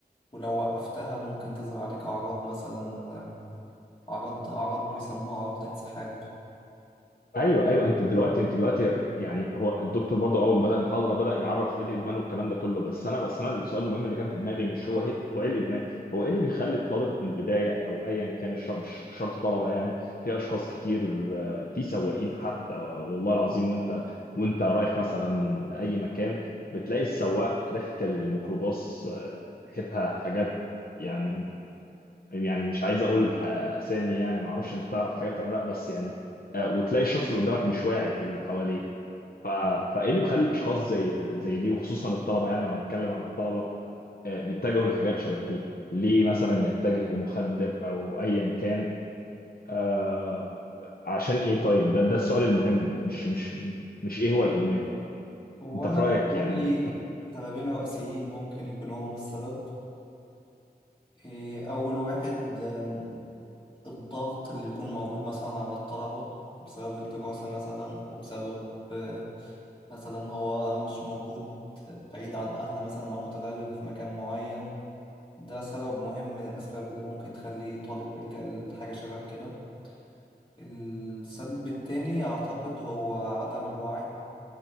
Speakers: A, on the left (about 30°); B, on the left (about 65°).
A: ولو وقفتها ممكن تظهر عليك أعراض مثلا أعراض أعراض بيسموها أعراض الانسحاب
B: ايوه ايوه انت دلوقتي انت دلوقتي يعني هو الدكتور برضو اول ما بدا المحاضره بدا يعرف ايه الادمان والكلام ده كله بس انا بس انا السؤال المهم اللي كان في دماغي مش هو هي هو ايه الادمان هو ايه اللي بيخلي الطالب من البدايه او ايا كان الشر... مش شرط طلبه يعني في اشخاص كتير آه، في سواقين حتى والله العظيم وانت وانت رايح مثلا اي مكان بتلاقي السواق ريحه الميكروباص آه، ريحتها حاجات يعني يعني مش عايز اقول ح- اسامي يعني ما اعرفش انت تعرف حاجات ولا لا بس يعني آه، وتلاقي الشخص اللي قدامك مش واعي باللي حواليه ف... فايه اللي بيخلي الاشخاص زي زي دي وخصوصا الطلبه يعني لو هنتكلم عن الطلبه آه، بيتجهوا لحاجات شبه دي ليه مثلا يتجه لمخدر او ايا كان آه، عشان ايه طيب ده ده السؤال المهم مش مش مش ايه هو الادمان
A: وأنا
B: انت في رايك
A: لي
B: يعني
A: سببين رئيسيين ممكن يكونوا هم السبب إيه، أول واحد أم، الضغط اللي يكون موجود مثلا على الطلبة بسبب الدراسة مثلا أو بسبب آه، مثلا هو مش موجود بعيد عن أهله مثلا أو متغرب في مكان معين ده سبب مهم من الأسباب اللي ممكن تخلي طالب يلجأ لحاجة شبه كده السبب التاني أعتقد هو عدم الوعي